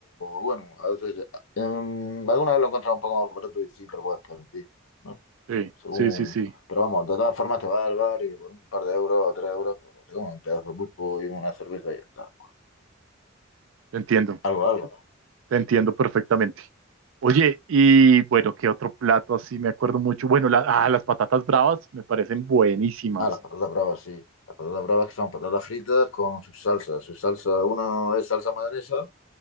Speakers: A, on the left; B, on the right.
A: bueno, a veces, em, alguna vez lo he encontrado un poco más barato y sí te lo puedes permitir, ¿no?
B: Sí,
A: según.
B: sí, sí, sí,
A: Pero vamos, de todas formas te vas al bar y por un par de euros o tres euros pues, te comes un pedazo de pulpo y una cerveza y ya está.
B: te entiendo.
A: Algo, algo, ¿no?
B: Te entiendo perfectamente. Oye, y bueno, ¿qué otro plato así? Me acuerdo mucho. Bueno, la- ah, las patatas bravas me parecen buenísimas.
A: Ah, las patatas bravas, sí. Las patatas bravas que son patatas fritas con sus salsas. Su salsa, una es salsa mayonesa